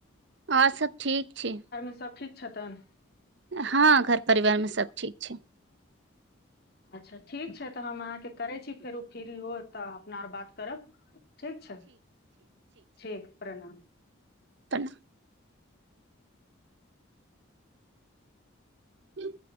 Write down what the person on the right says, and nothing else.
आओर सभ ठीक छै
हँ घर परिवारमे सब ठीक छै
प्रणाम हूँ